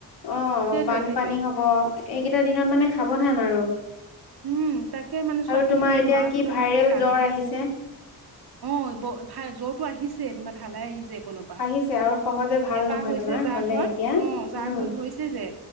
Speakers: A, on the left; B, on the right.
A: অ
B: সেইটোৱে
A: বানপানী
B: সেইটোৱে
A: হব এইকেইটা দিনত মানে সাৱধান আৰু।
B: উম তাকে মানে ছোৱালীজনী
A: আৰু তোমাৰ
B: মোলে
A: এতিয়া
B: মাকহঁতৰ
A: কি ভাইৰেল
B: মানে কান্দি
A: জ্বৰ আহিছে
B: আছে অ ব ভ জ্বৰটো আহিছে তাৰমানে ঢালাই আহিছে। কোনোবা
A: আহিছে আৰু সহজে ভাল
B: এটা
A: নহয়
B: হৈছে
A: তোমাৰ
B: যাৰ
A: হলে
B: ঘৰত
A: এতিয়া
B: অ যাৰ
A: উম
B: ঘৰত হৈছে যে